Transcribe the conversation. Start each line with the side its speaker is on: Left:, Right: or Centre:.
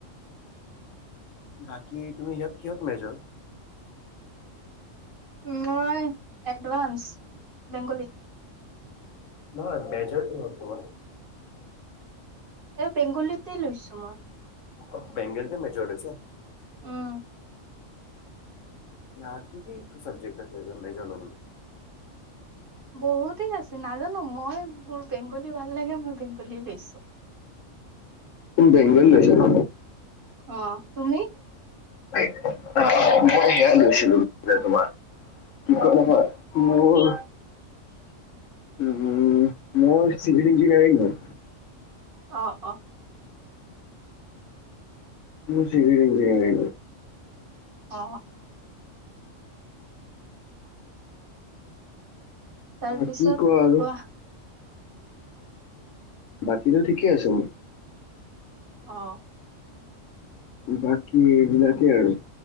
Left: বাকী তুমি ইয়াত কিহত মেজৰ?
Right: মই, এডভাঞ্চ বেংগলী।
Left: নহয়, মেজৰ কিহত তোমাৰ?
Right: এই বেংগলীতে লৈছো মই।
Left: অ', বেংগলীতে মেজৰ লৈছা?
Right: উম
Left: ইয়াত কি কি চাবজেক্ট আছে। মেজৰ ল'বলৈ?
Right: বহুতেই আছে, নাজানো মই মোৰ বেংগলী ভাল লাগে মোৰ বেংগ <inaudible> লৈছো
Left: তুম বেংগলী লৈছা ন?
Right: অ', তুমি?
Left: মই সেয়া লৈছিলোঁ গে তোমাৰ, কি কয় নহয় মোৰ উম' মোৰ চিভিল ইঞ্জিনিয়াৰিং হয়
Right: অ', অ'।
Left: মোৰ চিভিল ইঞ্জিনিয়াৰিং
Right: অ'। তাৰ
Left: বাকী
Right: পিছত
Left: আৰু
Right: কোৱা
Left: বাকীতো ঠিকেই আছে মো
Right: অ',
Left: বাকী এইবিলাকেই আৰু